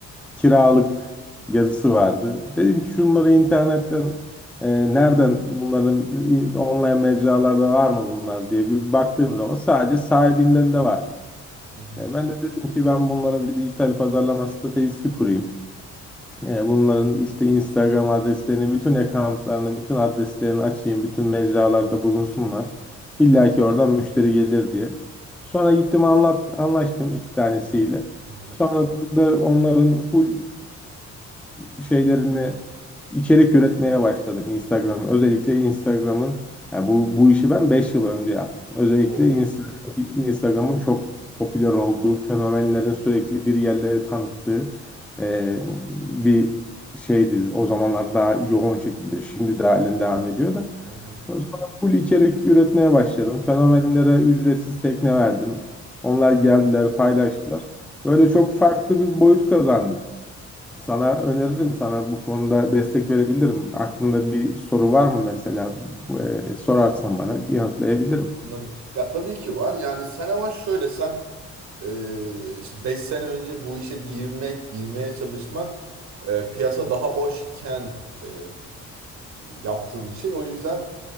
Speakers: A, in the centre; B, on the right (about 65°).
A: kiralık yazısı vardı. Dedim ki şunları internetten e, nereden bunların online mecralarda var mı bunlar diye bir baktığım zaman sadece sahibinden de vardı.
B: Hı hı.
A: E, ben de dedim ki ben bunlara bir dijital pazarlama stratejisi kurayım. Yani bunların işte Instagram adreslerini, bütün accountlarını, bütün adreslerini açayım, bütün mecralarda bulunsunlar. İlla ki oradan müşteri gelir diye. Sonra gittim anlat, anlaştım iki tanesiyle.
B: Hı hı.
A: Sonrasında onların full e, şeylerini içerik üretmeye başladım Instagram. Özellikle Instagram'ın yani bu bu işi ben 5 yıl önce yaptım. Özellikle
B: Oo.
A: Instagram, Instagram'ın çok popüler olduğu, fenomenlerin sürekli bir yerleri tanıttığı e, bir şeydi o zamanlar daha yoğun şekilde şimdi de halen devam ediyor da
B: Hı hı.
A: sonra full içerik üretmeye başladım fenomenlere ücretsiz tekne verdim onlar geldiler paylaştılar böyle
B: Hı.
A: çok farklı bir boyut kazandı sana öneririm sana bu konuda destek verebilirim aklında bir soru var mı mesela E, sorarsan bana yanıtlayabilirim
B: Anladım. Ya tabii ki var. Yani sen ama şöyle sen e, işte 5 sene önce bu işe girmek, girmeye çalışmak e, piyasa daha boşken e, yaptığın bir şey. O yüzden